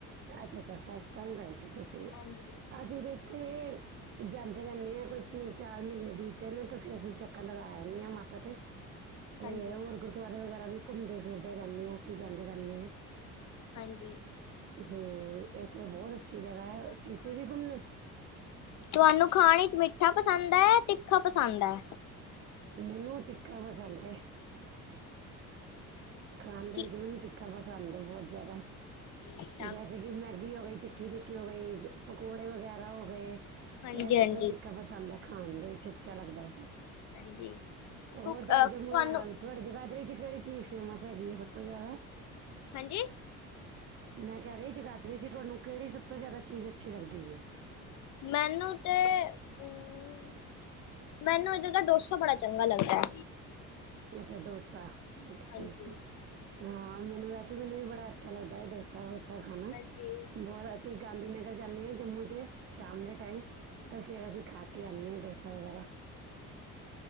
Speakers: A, on the right; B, on the left.
A: ਅੱਛਾ-ਅੱਛਾ ਫਸਟ ਟਾਈਮ ਗਏ ਸੀ ਤੁਸੀ
B: ਹਾਂਜੀ
A: ਅਸੀ ਦਿੱਤੀ ਜਾਂਦੇ ਰੈਨੇ ਆਂ ਕੋਈ ਤਿੰਨ ਚਾਰ ਮੀਨੇ ਬੀਤਦੇ ਨੇ ਤਾ ਫੇਰ ਅਸੀ ਚੱਕਰ ਲਗਾ ਆਨੇ ਆ ਮਾਤਾ ਤੇ ਤੇ
B: ਹਾਂਜੀ
A: ਹੋਰ ਗੁਰਦੁਆਰੇ ਵਗੈਰਾ ਵੀ ਘੁੰਮਦੇ ਫਿਰਦੇ ਰੈਨੇ ਆ ਅਸੀ ਜਾਂਦੇ ਰੈਨੇ ਆਂ।
B: ਹਾਂਜੀ।
A: ਹੁੰ ਏਥੇ ਬੌਤ ਅੱਛੀ ਜਗ੍ਹਾ ਐ ਸਿਟੀ ਵੀ ਘੁੰਮੇ?
B: ਤੁਆਨੂੰ ਖਾਣ ਇਚ ਮਿੱਠਾ ਪਸੰਦ ਐ ਤਿੱਖਾ ਪਸੰਦ ਐ?
A: ਮੈਨੂੰ ਤਿੱਖਾ ਪਸੰਦ ਐ। ਖਾਨ ਦੇ
B: ਕੀ
A: ਵਿੱਚ ਮੈਨੂੰ ਤਿੱਖਾ ਪਸੰਦ ਐ ਬੌਤ ਜਆਦਾ।
B: ਅੱਛਾ
A: ਜੈਸੇ ਕਿ ਮੈਗੀ ਹੋਗੀ ਤਿ ਖੀ ਤਿੱਖੀ ਹੋ ਗਈ ਪਕੌੜੇ ਵਗੈਰਾ ਹੋ ਗਏ
B: ਹਾਂਜੀ
A: ਐ ਸਬ
B: ਹਾਂਜੀ
A: ਕੁਛ ਤਿੱਖਾ ਪਸੰਦ ਐ। ਖਾਨ ਦੇ ਵਿੱਚ ਅੱਛਾ ਲੱਗਦਾ ਐ।
B: ਹਾਂਜੀ ਕੁਕ
A: ਔਰ ਤੁਆਡੇ
B: ਤੁਹਾਨੂੰ
A: ਜੇ ਮੁਆ ਵਿ ਤੁਆਡੇ ਜਗਾਦਰੀ ਚ ਕੇੜੀ ਚੀਜ ਫੇਮਸ ਹੈਗੀ ਐ ਸਬ ਤੋ ਜਆਦਾ?
B: ਹਾਂਜੀ?
A: ਮੈਂ ਕੈ ਰੀ ਆ ਜਗਾਦਰੀ ਚ ਥਾਨੂੰ ਕੇੜੀ ਸਬ ਤੋ ਜਿਆਦਾ ਚੀਜ਼ ਅੱਛੀ ਲੱਗਦੀ ਏ।
B: ਮੈਨੂੰ ਤੇ ਉਂ ਮੈਨੂੰ ਇਦਰ ਦਾ ਡੋਸਾ ਬੜਾ ਚੰਗਾ ਲੱਗਦੈ।
A: ਅੱਛਾ ਡੋਸਾ। <unintelligible>
B: ਹਾਂਜੀ
A: ਆਂ ਮੈਨੂੰ ਵੈਸੇ ਮੈਨੂੰ ਵੀ ਬੜਾ ਅੱਛਾ ਲੱਗਦੈ ਡੋਸਾ -ਵੋਸਾ ਖਾਨਾ
B: ਹਾਂਜੀ
A: ਬੌਤ ਤੇ ਗਾਂਧੀਨਗਰ ਜਾਨੀ ਆਂ ਜੰਮੂ ਚੇ ਸ਼ਾਮ ਦੇ ਟਾਈਮ। ਤੇ ਫੇਰ ਅਸੀ ਖਾ ਕੇ ਆਨੇ ਆਂ ਡੋਸਾ ਵਗੈਰਾ।